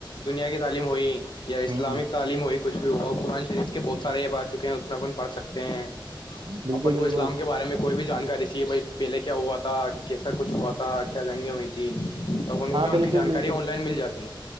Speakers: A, on the left; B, on the right.
A: دنیا کی تعلیم ہوئی یا اسلامک
B: ہ
A: تعلیم ہوئی کچھ بھی ہو اور قرآن شریف کے بہ سار اب آ چکے ہیں اس اپن پڑھ سکتے ہیں
B: بالکل
A: اپن کو
B: بالکل
A: اسلام کے بارے میں کوئی بھی جانکاری چاہے بھائی پہلے کیا ہوا تھا کیسا کچھ ہوا تھا کیا جنگیں ہوئیھی ت توب ان کو
B: ہاں
A: کیا ان
B: بالکل
A: کی جانکاری
B: بالکل
A: آن لائن مل جاتی ہیں